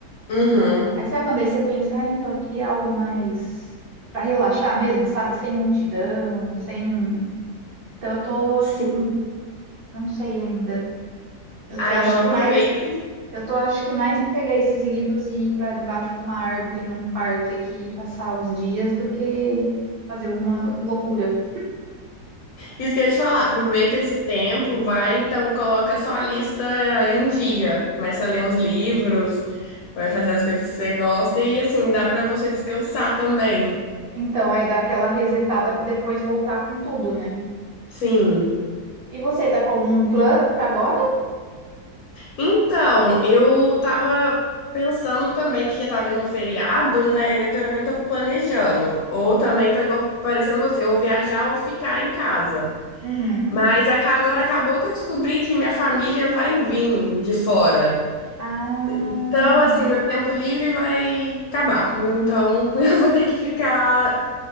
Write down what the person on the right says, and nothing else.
Aí sabe quando aí você pensa, ah, então eu queria algo mais para relaxar mesmo, sabe? Sem multidão, sem. Então eu tô assim,
não sei ainda. Eu
tô acho
que
mais, eu tô acho que mais para pegar esses livros e ir para debaixo de uma árvore num parque aqui e passar os dias do que fazer alguma loucura.
Sim.
Então é dar aquela resetada para depois voltar com tudo, né?
E você tá com algum plano para agora?
Uhum.
Ah.